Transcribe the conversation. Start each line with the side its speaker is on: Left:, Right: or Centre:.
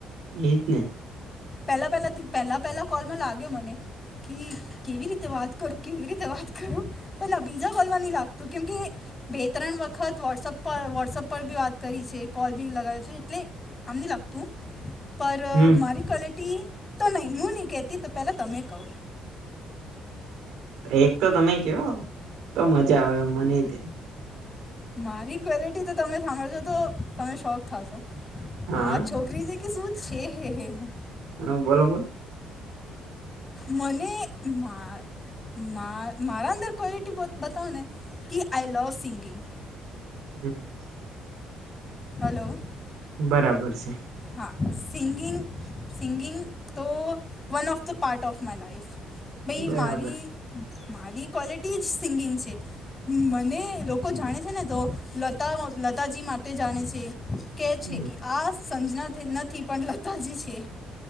Right: એ જ ને
Left: પહેલા પહેલા પહેલા પહેલા કોલમાં લાગ્યો મને કે કેવી રીતે વાત કરું કેવી રીતે વાત કરું ના બીજા બોલવા નહી લાગતું કેમ કે બે ત્રણ વખત વોટ્સપ પર વોટ્સઅપ પર બી વાત કરી છે કોલ બી લગાવ્યો છે એટલે આમને લાગતું પર
Right: હમ
Left: મારી ક્વલિટી તો નહી હું નહી કહેતી તો પેલા તમે કહો
Right: એક તો તમે કહ તો મજા આવેમ મને તે
Left: મારી ક્વલિટી તો તમે સાંભળજો તો તમે શોખ થશો
Right: હા
Left: આ છોકરી ત્રીજે કે સુૂદ છે હે હ
Right: હા બોલો બોલ
Left: મને મા મા મારા અંદર ક્વલિટી બ બતાવને કે આઈ લવ સિંગિંગ
Right: હમ
Left: હલો
Right: બરાબર છે
Left: હા સિંગિંગ સિંગિંગ તો one of the part of my life ભાઈ
Right: બરાબર
Left: મારી
Right: છે.
Left: મારી ક્વોલિટી જ સિંગિંગ છે મને લોકો જાણે છે ને તો લતા લતાજી માટે જાણે છે કે છે
Right: હમ,
Left: કે આ સંજના નથી પણ લતાજી છે